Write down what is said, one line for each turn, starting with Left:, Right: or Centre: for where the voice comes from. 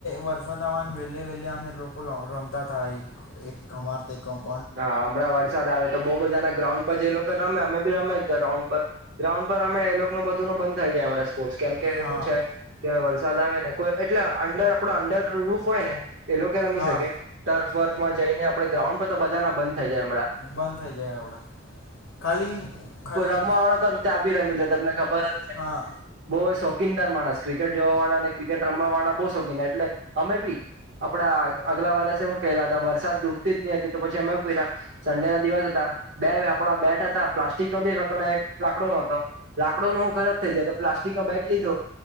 Left: વરસાદ આવવા. વહેલે વહેલે હમે લોકો રમતા થ એક એક અમાર તો એક કમ.
Right: હા હમણાં વરસાદ આવે તો બઉુ બધા ના ગ્રાઉન્ડ પર જ લો રમે અમે બી રમે ગ્રઉન્ડ પર ગ્રાઉન્ડ પર અમે એ લોકો ન બધું નો બંધ થઈ જાય હમ. સ્ર્ટ કેમ કે
Left: હા
Right: શું છે કે વરસાદ આવે ને એટલે અંડર આપડો અંડર રૂફ હોય ને એ લોકો રમી
Left: હા
Right: શકે ટર્ફ વર્ફ. માં જઈને આપણે ગ્રાઉન્ડ તો બધા ના બંધ થાઈ જાય અમના
Left: બંધ થઈ જાય આવડા ખાલી ખાલી
Right: રમવા વાળ તો ત્યાં બી રમી લે તમને ખબર એજ હશે
Left: હા
Right: બોઓ શોકીનદાર માણસ ક્રિકેટ જોવા વાળા ને ક્રિકેટ રમવા વાળા બ સોખી એટલે અમે બી આપડા અગલા વર્ષે હું કેહેલા હતા વરસાદ રુકતીજ ની હતી તો પછી અમે ક્યા સંડે ના દિવસ હતા બે આપણા બેટ હતા પ્લાસ્ટિક નો હતો એક લાકડો નો હતો લાકડો નો હું ખરાબ થઈ જાય તો પ્લાસ્ટિક નો બેટ લીધો